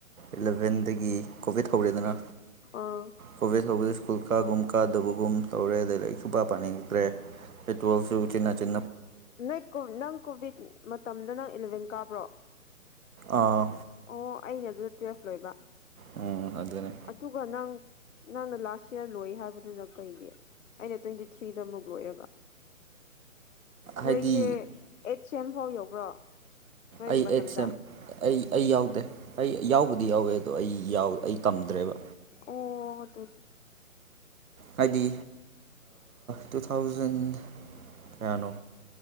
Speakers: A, on the right; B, on the left.
A: ꯏꯂꯚꯦꯟꯗꯒꯤ ꯀꯣꯚꯤꯠ ꯍꯧꯔꯦꯗꯅ
B: ꯑꯥ
A: ꯀꯣꯚꯤꯠ ꯍꯧꯕꯗ ꯁ꯭ꯀꯨꯜ ꯀꯥꯒꯨꯝ ꯀꯥꯗꯕꯒꯨꯝ ꯇꯧꯔꯦ ꯑꯗꯨ ꯁꯨꯕ ꯄꯥꯗ꯭ꯔꯦꯇꯣꯜꯁꯨ ꯆꯤ ꯆꯤ
B: ꯅꯣꯏ ꯅꯪ ꯀꯣꯚꯤꯠ ꯃꯇꯝꯗ ꯅꯪ ꯑꯦꯂꯚꯦꯟ ꯀꯥꯕ꯭ꯔꯣ
A: ꯑꯥ
B: ꯑꯣ ꯑꯩꯅ ꯑꯗꯨꯗ ꯇꯨꯋꯦꯜꯐ ꯂꯣꯏꯕ
A: ꯎꯝ ꯑꯗꯨꯅꯦ
B: ꯑꯗꯨꯒ ꯅꯪ ꯅꯪꯅ ꯂꯥꯁ ꯏꯌꯥꯔ ꯂꯣꯏ ꯍꯥꯏꯕꯗꯨꯗ ꯀꯩꯒꯤ ꯑꯩꯅ ꯇ꯭ꯋꯦꯟꯇꯤ ꯊ꯭ꯔꯤꯗ ꯑꯃꯨꯛ ꯂꯣꯏꯑꯦꯕ
A: ꯍꯥꯏꯗꯤ
B: ꯅꯣꯏꯁꯦ ꯑꯩꯠ ꯁꯦꯝ ꯐꯥꯎ ꯌꯎꯈ꯭ꯔꯣ ꯅꯣꯏꯒꯤ
A: ꯑꯩ
B: ꯃꯇꯝꯗ
A: ꯑꯩꯠ ꯁꯦꯝ ꯑꯩ ꯑꯩ ꯌꯥꯎꯗꯦ ꯑꯩ ꯌꯥꯎꯕꯗꯤ ꯌꯥꯎꯋꯦ ꯑꯗꯣ ꯑꯩ ꯑꯩ ꯀꯝꯗ꯭ꯔꯦꯕ
B: ꯑꯣ ꯑꯗꯨ
A: ꯍꯥꯏꯗꯤ ꯇꯨ ꯊꯥꯎꯖꯟ ꯀꯌꯥꯅꯣ